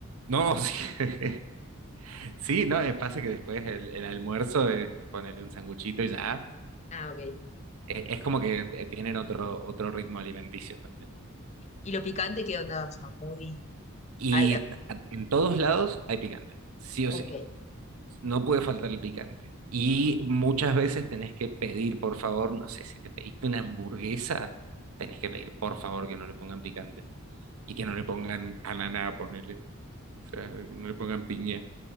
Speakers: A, on the right (about 80°); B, on the left (about 30°).
A: No, <laughs> sí, sí, no, eh, pasa que después el, el almuerzo es ponerle un sanguchito y ya.
B: ah, ok.
A: Eh, Es como que eh, tienen otro, otro ritmo alimenticio también.
B: ¿Y lo picante qué onda? O sea, muy...
A: Y
B: al-
A: en todos lados hay picante, sí o
B: ok,
A: sí. No puede faltar el picante. Y muchas veces tenés que pedir, por favor, no sé, si te pediste una hamburguesa, tenés que pedir, por favor, que no le pongan picante. Y que no le pongan ananá, ponele. O sea, que no le pongan piña.